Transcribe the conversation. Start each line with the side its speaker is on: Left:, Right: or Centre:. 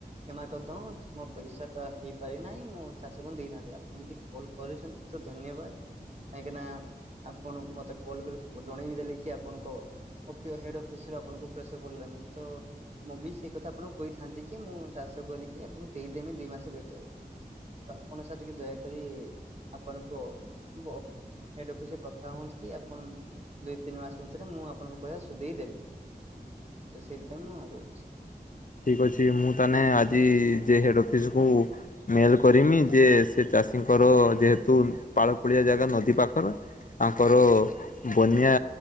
Right: କ୍ଷମା କରିଦନ୍ତ, ମୋ ପଇସା ଟା ହେଇପାରି ନାହିଁ। ମୁଁ ଚାଷକୁ ଦେଇଥାନ୍ତି। ଆପଣ ଯଦି କଲ୍ କରିଛନ୍ତି ତ ଧନ୍ୟବାଦ। କାହିଁକିନା ଆପଣ ମତେ କଲ୍ କରି ଜଣେଇବି ଦେଲେ କି, ଆପଣଙ୍କ ଅଫିୟ ହେଡ୍ ଅଫିସ ରୁ ଆପଣଙ୍କୁ ପ୍ରେସର ପଡ଼ିଲାନି, ତ ମୁଁ ବି ସେଇ କଥା ଆପଣଙ୍କୁ କହିଥାନ୍ତି କି, ମୁଁ ଚାଷ କରିକି ଆପଣଙ୍କୁ ଦେଇଦେମି ଦୁଇ ମାସ ଭିତରେ। ଆପଣ ସାର୍, ଟିକେ ଦୟାକରି ଆପଣଙ୍କ ବ ହେଡ୍‌ ଅଫିସରେ କଥା ହୁଅନ୍ତି କି ଆପଣ, ଦୁଇ ତିନି ମାସ ଭିତରେ ମୁଁ ଆପଣଙ୍କ ପଇସା ସୁଧେଇ ଦେବି। ତ ସେଇଥିପାଇଁ ମୁଁ କହୁଛି।
Left: ଠିକ୍ ଅଛି, ମୁଁ ତାହେନେ ଆଜି ଯେ ହେଡ୍‌ ଅଫିସକୁୁ ମେଲ୍ କରିମି, ଯେ ସେ ଚାଷୀଙ୍କର ଯେହେତୁ ପାଳକୋଳିଆ ଜାଗା ନଦୀ ପାଖର ତାଙ୍କର ବନ୍ୟା